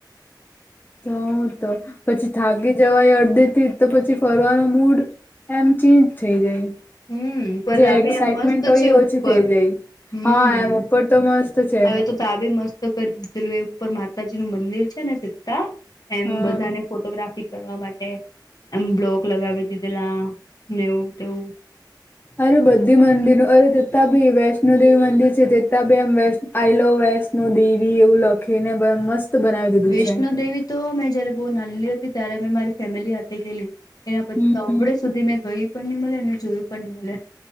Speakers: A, on the left (about 25°); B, on the left (about 55°).
A: તો તો પછી થાકી જવાય અડધે થી તો પછી ફરવાનો મૂડ એમ ચેન્જ થઈ જાય.
B: હમ પર
A: જે
B: આ
A: એક્સાઈટમેન્ટ
B: બી એમ મસ્ત
A: હોય
B: છે
A: એ
B: ઉપર
A: ઓછી થઈ જાય
B: હમ
A: હા એમ ઉપર તો મસ્ત છે.
B: હવે તો તાબે મસ્ત કરી દીધેલું એ ઉપર માતાજી નું મંદિર છે ને સીતા એમ
A: હા.
B: બધાને ફોટોગ્રાફ ફી કરવા માટે એમ બ્લોક લગાવી દીધેલા નેવું તેવું
A: અરે બધી મંદિરો અરે તેતાં બી વૈષ્ણો દેવી મંદિર છે તેતાં બી આમ વૈ આઈલો વૈષ્ણવો દેવી એવું લખી ને બ મસ્ત બનાવી દીધું
B: વૈષ્ણો
A: છે.
B: દેવી તો મેં જયારે બહુ નાનલી હતી ત્યારે મેં મારી ફેમિલી હાથે ગયેલી. એના પછી
A: હમ
B: તો અવડે સુધી મેં ગઈ પણ નહી મલે અનેને જોયું પણ નહી મલે.